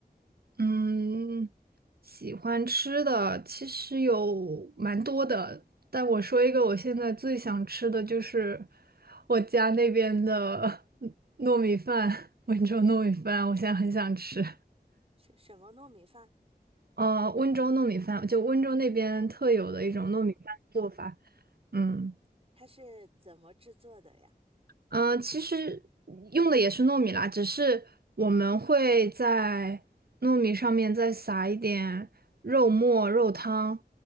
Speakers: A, on the right (about 70°); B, on the right (about 35°).
A: 嗯，喜欢吃的其实有蛮多的，但我说一个，我现在最想吃的就是我家那边的 <laughs> 糯米饭，温州糯米饭，我现在很想吃。
B: 是什么糯米饭？
A: 呃，温州糯米饭，就温州那边特有的一种糯米饭做法。
B: 哦，
A: 嗯。
B: 它是怎么制作的呀？
A: 嗯、呃其实用的也是糯米啦，只是我们会在糯米上面再撒一点肉末、肉汤，